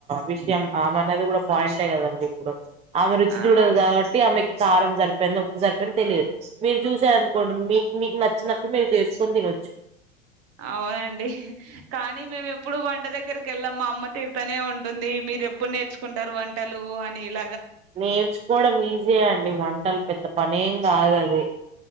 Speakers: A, on the right (about 20°); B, on the right (about 45°).
A: విష్యం ఆమె అనేది గూడా పాయింటే గదండి ఇప్పుడు ఆమె రుచి
B: ఆ
A: జుడదు గాబట్టి ఆమెకి కారం జర్ పెందో ఉప్పు సర్పెందో తెలియద్ మీరు జుషార్ అన్కోండి మీక్ మీక్ నచ్చినట్డు మీరు జేస్కొని తినొచ్చు
B: అవునండి కానీ మేము ఎప్పుడూ వంట దెగ్గరికెళ్లం మా అమ్మ తిడ్ తనే ఉంటుంది మీరు ఎప్పుడు నేర్చుకుంటారు వంన్ టలు అనిల్
A: నేర్చుకోడం ఈజీయ్ అండి వంటలు పెద్ద పనేం గాదు అది